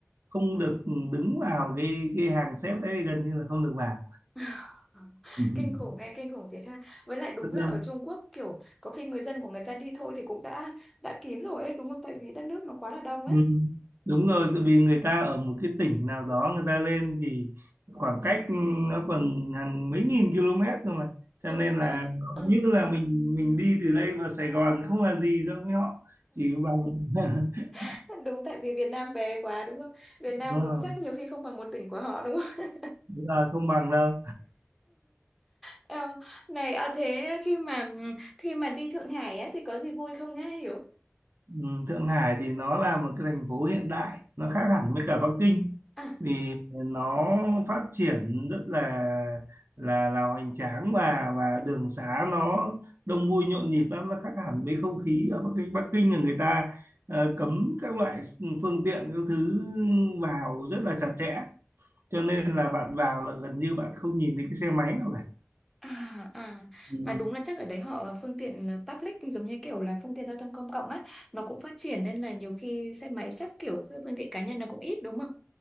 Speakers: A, on the right; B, in the centre.
A: không được đứng vào cái cái hàng xếp đấy gần như là không được vào
B: <laughs>
A: <laughs>
B: Kinh khủng nghe kinh khủng thiệt ha. Với lại đúng
A: rất
B: là
A: đông
B: ở Trung Quốc kiểu có khi người dân của người ta đi thôi thì cũng đã đã kín rồi ấy đúng không? Tại vì đất nước nó quá là đông
A: Ừ,
B: ấy.
A: đúng rồi tại vì người ta ở một cái tỉnh nào đó người ta lên thì khoảng cách nó còn hàng mấy nghìn km cơ mà
B: Có
A: cho nên
B: khi có
A: là nó
B: ừ.
A: như là mình mình đi từ đây vào Sài Gòn không là gì so với họ chỉ bằng <laughs>
B: <laughs> Đúng tại vì Việt Nam bé quá đúng không? Việt
A: đúng
B: Nam đúng
A: là,
B: chắc nhiều khi không bằng một tỉnh của họ đúng không? <laughs>
A: đúng là không bằng đâu
B: Ờ, này à, thế khi mà khi mà đi Thượng Hải á, thì có gì vui không nghe hiểu?
A: Ừ, Thượng Hải thì nó là một cái thành phố hiện đại nó khác hẳn với cả Bắc Kinh
B: À,
A: vì nó phát triển rất là là là hoành tráng và và đường xá nó đông vui nhộn nhịp lắm nó khác hẳn với không khí ở Bắc Kinh Bắc Kinh là người ta ờ, cấm các loại phương tiện các thứ vào rất là chặt chẽ cho nên là bạn vào là gần như bạn không nhìn thấy cái xe máy nào cả
B: à, à.
A: ừ,
B: Mà đúng là chắc ở đấy họ ờ, phương tiện ờ, public giống như kiểu là phương tiện giao thông công cộng á nó cũng phát triển nên là nhiều khi xe máy chắc kiểu cái phương tiện cá nhân là cũng ít đúng không?